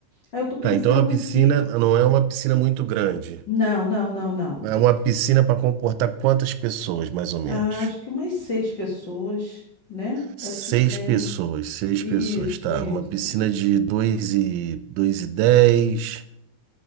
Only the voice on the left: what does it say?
aí eu tô pensando
aqui.
Não, não, não, não.
Ah, acho que umas seis pessoas, né?
É o suficiente.
Isso,
isso.